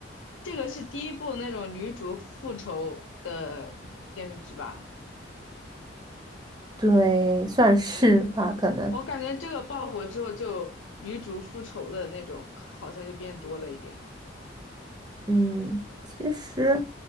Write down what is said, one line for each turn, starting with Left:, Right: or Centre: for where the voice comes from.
Left: 这个是第一部那种女主复仇的电视剧吧？
Right: 对，算是吧，可能。
Left: 我感觉这个爆火之后，就女主复仇的那种好像就变多了一点。
Right: 嗯，其实